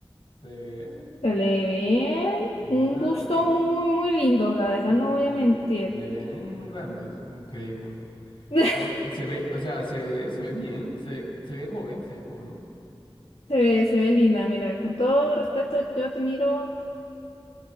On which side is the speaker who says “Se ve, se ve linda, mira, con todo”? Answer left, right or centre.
Left